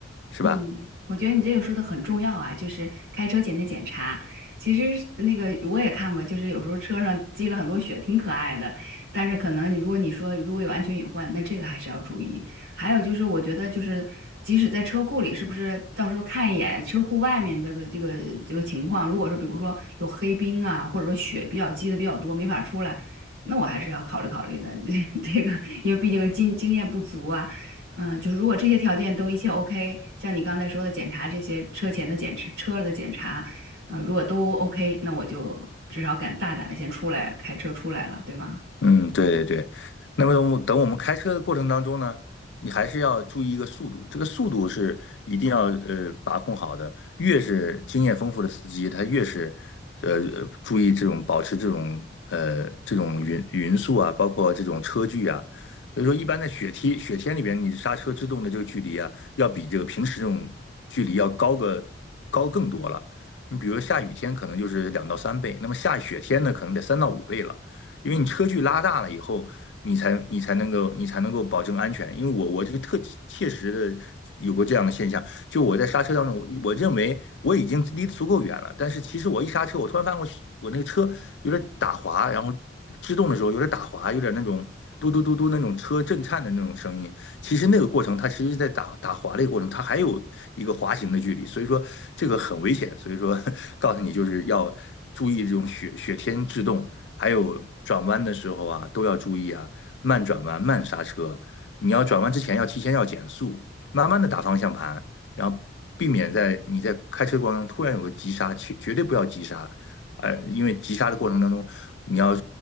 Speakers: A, on the left; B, on the right.
A: 是吧？
B: 嗯，我觉得你这个说的很重要啊，就是开车前的检查。其实是那个我也看过，就是有时候车上积了很多雪，挺可爱的。但是可能你如果你说如果有安全隐患，那这个还是要注意。还有就是，我觉得就是即使在车库里，是不是到时候看一眼车库外面这个这个这个情况，如果是比如说有黑冰啊，或者说雪比较积的比较多，没法出来。那我还是要考虑考虑的，<laughs> 这这个，因为毕竟经经验不足啊。嗯、呃就是如果这些条件都一切 OK，像你刚才说的检查这些车前的检查、车的检查，呃，如果都 OK，那我就至少敢大胆的先出来开车出来了，对吗？
A: 嗯，对对对。那么等我们等我们开车的过程当中呢，你还是要注意一个速度，这个速度是一定要呃把控好的。越是经验丰富的司机，他越是呃呃注意这种保持这种呃这种匀匀速啊，包括这种车距啊。所以说，一般在雪天雪天里边，你刹车制动的这个距离啊，要比这个平时这种距离要高个高更多了。你比如下雨天可能就是两到三倍，那么下雪天呢，可能得三到五倍了。因为你车距拉大了以后，你才你才能够你才能够保证安全。因为我我这个特切实的有过这样的现象，就我在刹车当中，我我认为我已经离得足够远了，但是其实我一刹车，我突然发现我我那个车有点打滑，然后制动的时候有点打滑，有点那种嘟嘟嘟嘟那种车震颤的那种声音。其实那个过程，它其实在打打滑的一个过程，它还有一个滑行的距离，所以说这个很危险。所以说 <laughs> 告诉你就是要注意这种雪雪天制动，还有转弯的时候啊，都要注意啊，慢转弯、慢刹车。你要转弯之前要提前要减速，慢慢的打方向盘，然后避免在你在开车过程中突然有个急刹，去绝对不要急刹，呃，因为急刹的过程当中，你要